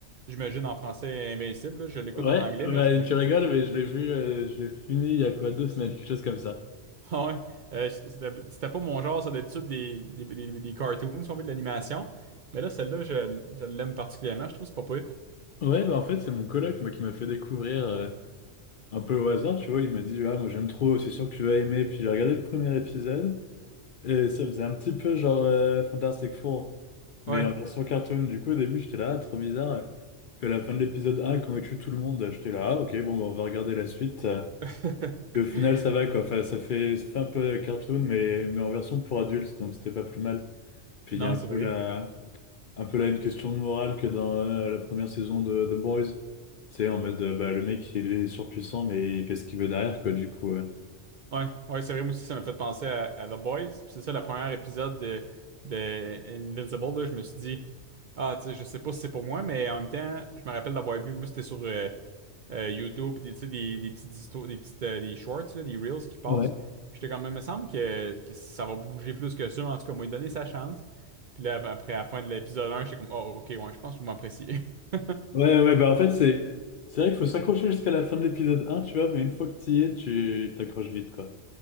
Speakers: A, on the right; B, on the left.
A: J'imagine en français Invincible, là. Je l'écoute
B: Ouais,
A: en anglais,
B: bah,
A: mais j'imagine.
B: tu rigoles,
A: <laughs>
B: mais je l'ai vu, euh, je l'ai fini il y a quoi, deux semaines, quelque chose comme ça.
A: Ah ouais. Euh, c'était c'était pas mon genre, ça d'habitude des, des, des, des cartoons, si on veut, de l'animation. Mais là, celle-là, je, je l'aime particulièrement, je trouve que c'est pas pire.
B: Ouais, bah en fait, c'est mon coloc, moi, qui m'a fait découvrir euh, un peu au hasard, tu vois, il m'a dit, ah, moi j'aime trop, c'est sûr que tu vas aimer, puis j'ai regardé le premier épisode, et ça faisait un petit peu genre euh, Fantastic Four, mais
A: Ouais.
B: en version cartoon, du coup, au début, j'étais là, ah, trop bizarre, puis à la fin de l'épisode 1, quand il tue tout le monde, j'étais là, ah, ok, bon, bah, on va regarder la suite. euh,
A: <laughs>
B: Et au final, ça va, quoi. Enfin, ça fait, ça fait un peu cartoon, mais, mais en version pour adultes, donc c'était pas plus mal. Puis
A: Non,
B: il y a un
A: c'est
B: peu
A: vrai.
B: la, un peu là une question de morale que dans euh, la première saison de The Boys. Tu sais, en mode, euh, bah, le mec, il est surpuissant, mais il fait ce qu'il veut derrière, quoi, du coup. ouais.
A: Ouais, ouais, c'est vrai, moi aussi, ça m'a fait penser à, à The Boys. Puis c'est ça, le premier épisode de, de Invincible, là, je me suis dit, ah, tu sais, je sais pas si c'est pour moi, mais en même temps, je me rappelle d'avoir vu, moi, c'était sur euh, euh, YouTube, puis des- tu sais, des, des petites histoires, des petites, euh, des shorts, là, des reels qui passent.
B: Ouais.
A: Puis j'étais quand même, me semble que, que ça va bouger plus que ça, mais en tout cas, moi, il donné sa chance. Puis là, ben, après, à la fin de l'épisode un, j'étais comme, oh, ok, ouais, je pense que vous m'appréciez. <laughs>
B: Ouais, ouais, bah en fait, c'est c'est vrai qu'il faut s'accrocher jusqu'à la fin de l'épisode un tu vois, mais une fois que tu y es, tu t'accroches vite, quoi.